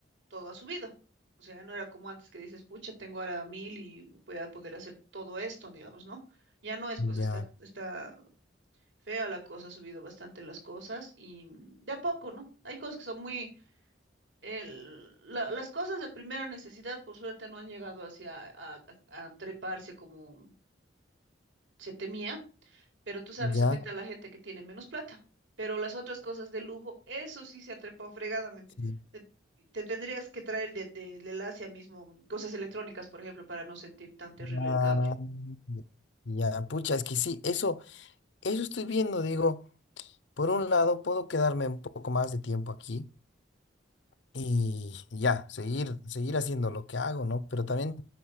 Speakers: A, on the right (about 85°); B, on the left (about 75°).
A: todo ha subido. O sea, no era como antes que dices, pucha, tengo ahora mil y voy a poder hacer todo esto, digamos, ¿no? Ya no es, pues
B: ya,
A: está, Ya. está fea la cosa, ha subido bastante las cosas y mm, de a poco, ¿no? Hay cosas que son muy... el- la- las cosas de primera necesidad, por suerte, no han llegado hacia a a- a treparse como se temía pero tú sabes,
B: ya.
A: afecta a la gente que tiene menos plata. Pero las otras cosas de lujo, eso sí se ha trepado fregadamente.
B: sí,
A: Te, te tendrías que traer de, de, del Asia mismo mm, cosas electrónicas, por ejemplo, para no sentir tan terrible
B: Ah,
A: el cambio.
B: ya, pucha, es que sí, eso, eso estoy viendo, digo, por un lado puedo quedarme un poco más de tiempo aquí y ya, seguir, seguir haciendo lo que hago, ¿no? Pero también